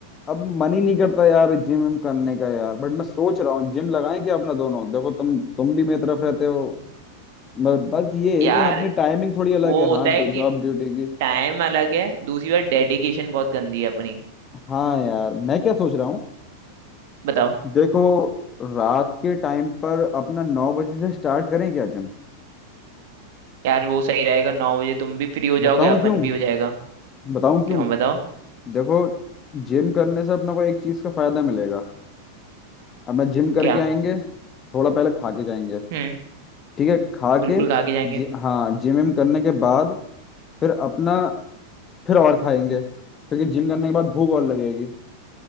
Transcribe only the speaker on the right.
यार
वो
होता है
कि
टाइम अलग है दूसरी बार डेडिकेशन बहुत गंदी है अपनी
बताओ
यार वो सही रहेगा नौ बजे तुम भी फ्री हो जाओगे
अपन
भी हो जाएगा
क्यों बताओ
क्या
हम्म
बिल्कुल
खा के जाएंगे